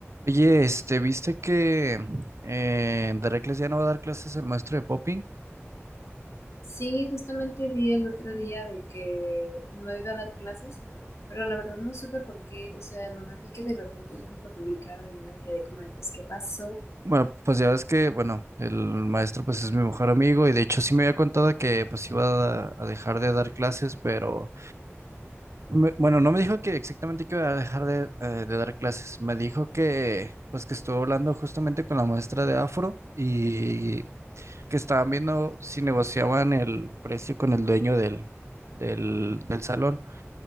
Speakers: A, on the right (about 70°); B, on the left (about 75°).
A: Oye, este, ¿viste que eh, en Derrecles ya no va a dar clases el maestro de popping?
B: Sí, justamente vi el otro día de que no iba a dar clases, pero la verdad no supe por qué, o sea, nomás vi que de repente ya no lo publicaron y yo me quedé como de, pues, ¿qué pasó?
A: Bueno, pues ya ves que, bueno, el maestro pues es mi mejor amigo y de hecho sí me había contado que pues iba a, a dejar de dar clases, pero me- bueno, no me dijo que exactamente que iba a dejar de, eh, de dar clases, me dijo que pues que estuvo hablando justamente con la maestra de Afro y que estaban viendo si negociaban el precio con el dueño del, del, del salón.